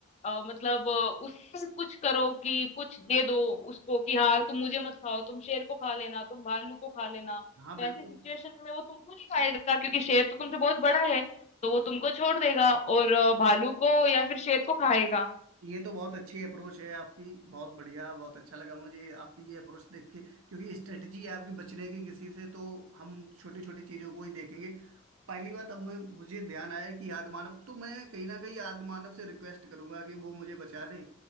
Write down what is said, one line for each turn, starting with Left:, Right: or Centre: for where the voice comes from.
Left: अ, मतलब अ, उससे कुछ करो कि कुछ दे दो उसको कि हाँ, तुम मुझे मत खाओ, तुम शेर को खा लेना, तुम भालू को खा लेना।
Right: हाँ
Left: तो
Right: बिल्कुल
Left: ऐसी सिचुएशन में वो तुमको नहीं खाएगा क्योंकि शेर तो तुमसे बहुत बड़ा है, तो वो तुमको छोड़ देगा और अ, भालू को या फिर शेर को खाएगा।
Right: ये तो बहुत अच्छी अप्रोच है आपकी बहुत बढ़िया बहुत अच्छा लगा मुझे आपकी ये अप्रोच देख के क्योंकि स्ट्रेटजी है आपकी बचने की किसी से तो हम छोटी छोटी चीजों को ही देखेंगे पहली बात अब मु- मुझे ध्यान आया कि आदिमानव तो मैं कहीं ना कहीं आदिमानव से रिक्वेस्ट करूंगा कि वो मुझे बचा ले